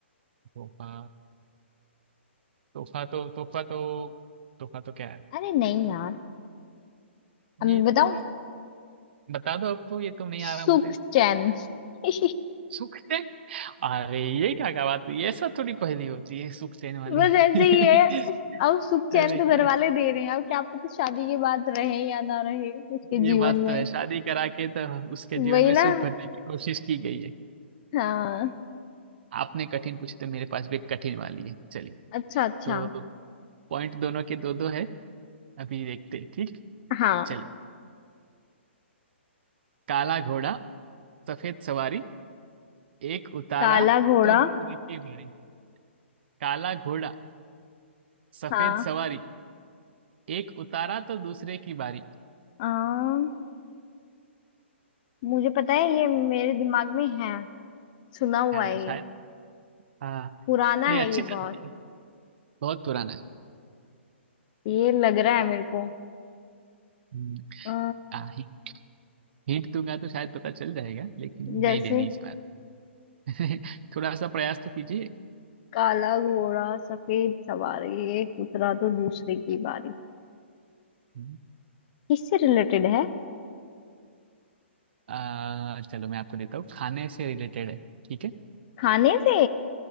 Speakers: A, on the right (about 55°); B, on the left (about 40°).
A: तोहफा तोहफा तो तोहफा तो तोहफा तो क्या है
B: अरे नहीं यार अब मैं
A: ये तो
B: बताऊं
A: यार बता दो अब तो ये तो नहीं आ
B: सुख
A: रहा मुझे
B: चैन <laughs>
A: सुख से अरे ये क्या क्या बात हुई ये सब थोड़ी पहेली होती है सुख देने वाली
B: बस ऐसे
A: <laughs>
B: ही है अब सुख चैन
A: अरे
B: तो
A: यार
B: घर वाले दे रहे हैं अब क्या पता शादी के बाद रहे या ना रहे उसके
A: ये
B: जीवन
A: बात
B: में
A: तो है शादी करा के तो उसके जीवन
B: वही
A: में
B: ना
A: सुख भरने की कोशिश की गई है
B: हाँ
A: आपने कठिन पूछी तो मेरे पास भी एक कठिन वाली है चलिए
B: अच्छा अच्छा
A: तो पॉइंट दोनों के दो दो है अभी देखते हैं ठीक
B: हाँ
A: चलो काला घोड़ा सफेद सवारी एक उतारा
B: काला घोड़ा
A: तो दूसरे की बारी काला घोड़ा सफेद
B: हाँ
A: सवारी एक उतारा तो दूसरे की बारी
B: आ, मुझे पता है ये मेरे दिमाग में है सुना हुआ
A: हाँ
B: है
A: शायद
B: ये
A: हाँ
B: पुराना
A: ये
B: है
A: अच्छी
B: ये
A: चल
B: बहुत
A: रही है। बहुत पुराना है
B: ये लग रहा है मेरे को
A: हम्म,
B: अ,
A: हाँ हि- हिंट दूंगा तो शायद पता चल जाएगा लेकिन
B: जैसे
A: नहीं देनी इस बार <laughs> थोड़ा सा प्रयास तो कीजिए
B: काला घोड़ा सफेद सवारी एक उतरा तो दूसरे की बारी
A: हम्म,
B: किससे रिलेटेड है
A: आ, चलो मैं आपको देता हूँ खाने से रिलेटेड है ठीक है
B: खाने से